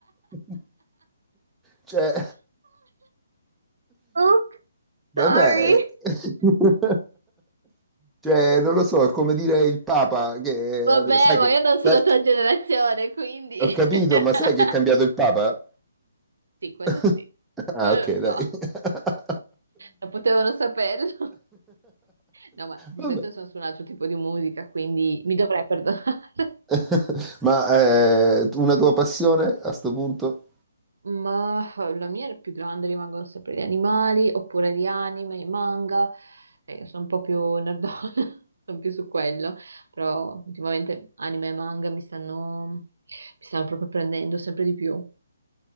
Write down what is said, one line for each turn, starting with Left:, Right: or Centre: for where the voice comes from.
Centre: <laughs> Cioè...
Right: Oops,
Centre: Vabbè,
Right: sorry.
Centre: <laughs> cioè, non lo so, è come dire il Papa, che
Right: Vabbè,
Centre: eh, sai
Right: ma
Centre: che,
Right: io non sono
Centre: sai-
Right: la tua generazione, quindi...
Centre: ho capito,
Right: <laughs>
Centre: ma sai che è cambiato il Papa?
Right: Sì, quello
Centre: <laughs>
Right: sì,
Centre: Ah,
Right: quello
Centre: ok,
Right: lo so,
Centre: dai. <laughs>
Right: lo potevano saperlo. No, ma di
Centre: Vabbè.
Right: solito sono su un altro tipo di musica, quindi mi dovrei perdonare. <laughs>
Centre: <laughs> Ma eh, una tua passione a sto punto?
Right: Ma eh, la mia è più grande, rimangono sempre gli animali, oppure gli anime, i manga. Eh, sono un po' più nerdona, <laughs> sono più su quello. Però ultimamente anime e manga mi stanno, mi stanno proprio prendendo sempre di più.